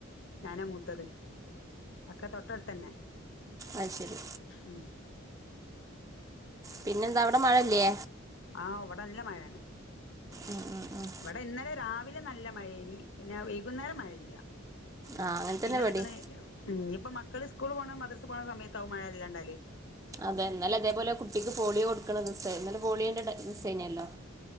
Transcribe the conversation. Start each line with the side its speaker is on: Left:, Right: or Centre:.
Left: ഞാനാ മൂത്തത്. ഒക്കെ തൊട്ട് അടുത്ത് തന്നെ.
Right: അയ്ശരി.
Left: ഉം.
Right: പിന്നെ എന്താ അവിടെ മഴയില്ലേ?
Left: ആഹ് ഇവിടെ നല്ല മഴയാണ്.
Right: ആഹ് ആഹ് ആഹ്.
Left: ഇവിടെ ഇന്നലെ രാവിലെ നല്ല മഴയേനി പിന്നെ വൈകുന്നേരം മഴയില്ല.
Right: ആഹ് അങ്ങനെ തന്നെ
Left: പിന്നെ
Right: ഇവടിം
Left: ഇതൊക്കണ് ഇപ്പൊ മക്കള് സ്കൂള് പോണ, മദ്രസ് പോണ സമയത്താകും മഴ അധികം ഇണ്ടാകല്.
Right: അതെ ഇന്നെലെ അതേപോലെ കുട്ടിക്ക് പോളിയോ കൊടുക്കണ ദിവസാ ഇന്നലെ പോളിയോന്റെ ദിവസേനെയല്ലോ.